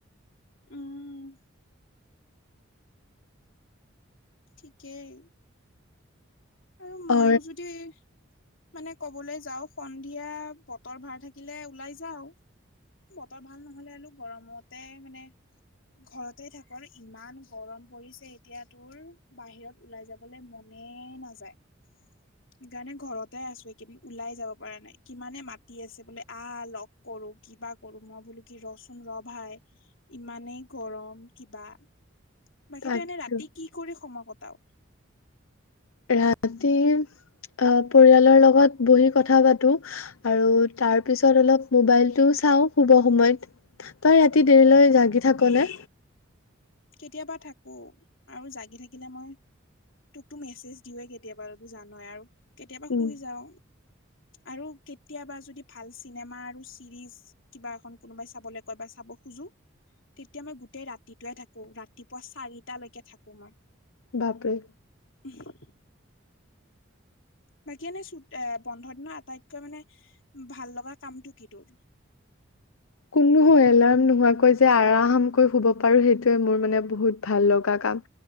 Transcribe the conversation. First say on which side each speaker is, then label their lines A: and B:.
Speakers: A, on the left; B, on the left.
A: উম। ঠিকেই। আৰু মইও
B: অ
A: যদি মানে কবলৈ যাও সন্ধিয়া বতৰ ভাল থাকিলে ওলাই যাও। বতৰ ভাল নহলে আৰু গৰমতে মানে ঘৰতে থাকো আৰু ইমান গৰম পৰিছে এতিয়া তোৰ। বাহিৰত ওলাই যাবলৈ মনে নাযায়। সেইকাৰণে ঘৰতে আছো, এইকেইদিন ওলাই যাব পৰা নাই কিমানে মাতি আছে বোলে আহ, লগ কৰো কিবা কৰো মই বোলো কি ৰচোন ৰ ভাই ইমানেই গৰম কিবা। বাকী
B: তাকেতো
A: তই এনে ৰাতি কি কৰি সময় কটাৱ?
B: ৰাতি আহ, পৰিয়ালৰ লগত বহি কথা পাতো। আৰু তাৰ পিছত অলপ মোবাইলটোও চাওঁ শুৱা সময়ত। তই ৰাতি দেৰিলৈ জাগি থাক নে?
A: কেতিয়াবা থাকো, আৰু জাগি থাকিলে মই তোকতো মেছেজ দিও কেতিয়াবা জানই আৰু কেতিয়াবা
B: উম
A: শুই যাও। আৰু কেতিয়াবা যদি ভাল চিনেমা আৰু চিৰিজ কিবা এখন কোনোবাই চাবলৈ কয় বা চাব খোজো তেতিয়া মই গোটেই ৰাতি ৰাতিটোয়ে থাকো ৰাতিপুৱা চাৰিটালৈকে থাকো মই।
B: বাপৰে।
A: <unintelligible> বাকী এনে চু এ বন্ধৰ দিনৰ আটাইতকৈ মানে ভাল লগা কামটো কি তোৰ?
B: কোনো এলাৰ্ম নোহোৱাকৈ যে আৰামকৈ শুব পাৰো সেইটোৱে মোৰ মানে বহুত ভাল লগা কাম।